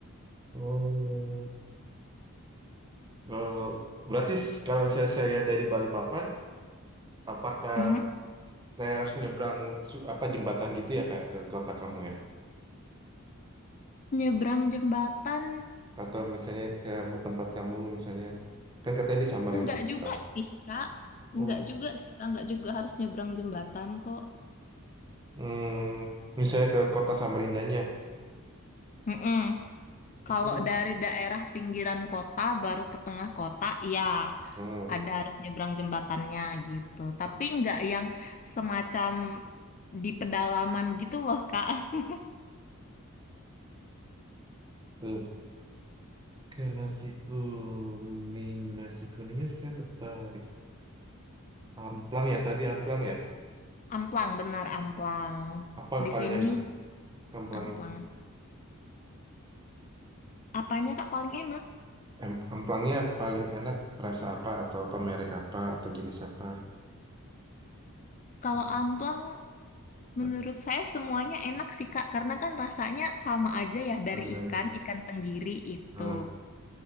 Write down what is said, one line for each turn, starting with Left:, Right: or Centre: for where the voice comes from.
Right: Oh, kalau berarti kalau saya saya dari Balikpapan, apakah
Left: Mhm.
Right: saya harus nyebrang su- apa jembatan gitu ya kayak ke kota kamu ya?
Left: Nyebrang jembatan
Right: Atau misalnya ke tempat kamu misalnya kan katanya di Samarinda
Left: Enggak
Right: kota.
Left: juga sih, Kak.
Right: Oh,
Left: Enggak juga sih, Kak. Enggak juga harus nyebrang jembatan kok.
Right: hmm, misalnya ke kota Samarindanya
Left: Mm-mm.
Right: itu.
Left: Kalau dari daerah pinggiran kota baru ke tengah kota, ya
Right: Nah,
Left: ada harus nyebrang jembatannya gitu. Tapi nggak yang semacam di pedalaman gitu loh, Kak. <laughs>
Right: itu ke nasi kuning, nasi kuningnya saya tertarik. Amplang ya tadi amplang ya.
Left: Amplang, benar amplang.
Right: Apa yang
Left: Di
Right: paling
Left: sini
Right: enak? Amplang
Left: amplang. Apanya, Kak, paling enak?
Right: Em- Amplangnya paling enak rasa apa atau apa merek apa atau jenis apa?
Left: Kalau
Right: Hmm,
Left: amplang Menurut
Right: apa
Left: saya semuanya enak sih Kak, karena kan rasanya sama aja ya dari
Right: namanya?
Left: ikan, ikan tenggiri itu.
Right: Eh,